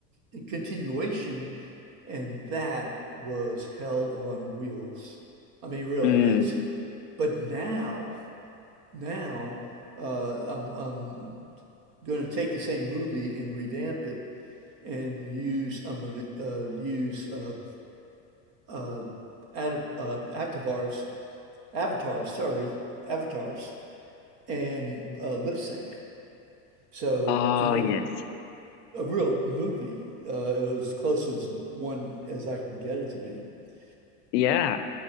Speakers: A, on the right; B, on the left.
A: a continuation, and that was hell on wheels. I mean, really,
B: Mm,
A: it's but now. now uh, I'm I'm going to take the same movie and revamp it and use I'm going to uh, use uh, uh, ad, uh, avatars avatars sorry avatars and uh, lip sync so
B: oh,
A: to make
B: yes.
A: it a real movie uh, as close as one as I can get it to be. <laughs>
B: Yeah.